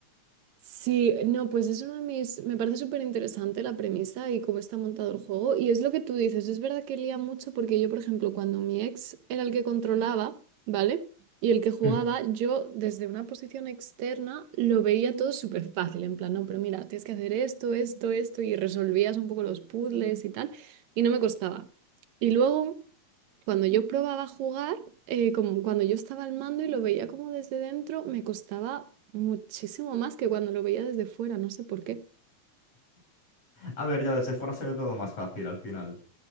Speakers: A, on the right (about 75°); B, on the left (about 55°).
A: Sí, no, pues es uno de mis, me parece súper interesante la premisa y cómo está montado el juego. Y es lo que tú dices, es verdad que lía mucho porque yo, por ejemplo, cuando mi ex era el que controlaba, ¿vale? Y el que jugaba,
B: Mm.
A: yo desde una posición externa lo veía todo súper fácil, en plan, no, pero mira, tienes que hacer esto, esto, esto, y resolvías un poco los puzzles y tal, y no me costaba. Y luego... Cuando yo probaba a jugar, eh, como cuando yo estaba al mando y lo veía como desde dentro, me costaba muchísimo más que cuando lo veía desde fuera, no sé por qué.
B: A ver, ya desde fuera se ve todo más fácil al final.